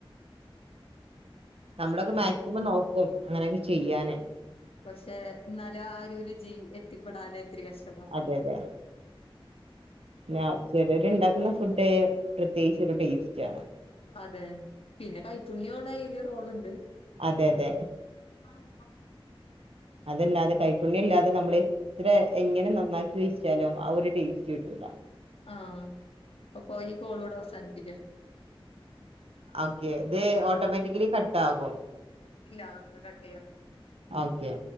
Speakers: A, on the right; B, on the left.
A: നമ്മളൊക്കെ
B: അങ്ങനെ
A: മാക്സിമം നോക്കും അങ്ങനെയൊക്കെ ചെയ്യാന്
B: പക്ഷെ ന്നാലും ആ ഒരു ജീ എത്തിപ്പെടാന് ഇത്തിരി കഷ്ടം
A: അതെ അതെ ഞാ ചെലേരുണ്ടാക്കുന്ന ഫുഡ് പ്രത്യേകിച്ച് ഒരു ടേസ്റ്റാ
B: അതെ പിന്നെ കൈപ്പുണ്യോണ അയിന് റോളുണ്ട്
A: അതെ അതെ
B: ആഹ് ആഹ്
A: അതല്ലാതെ കൈപ്പുണ്യല്ലാതെ നമ്മള് ഇത്ര എങ്ങനെ നന്നാക്കി വെച്ചാലും ആ ഒരു ടേസ്റ്റ് കിട്ടൂല
B: ആഹ് അപ്പോ ഈ കോള്വ്ടെ അവസാനിപ്പിക്കാം
A: ഓക്കെ ഇത് ഓട്ടോമാറ്റിക്കലി കട്ടാവും
B: ഇല്ല നമ്മള് കട്ട് ചെയ്യണം
A: ആഹ് ഓക്കെ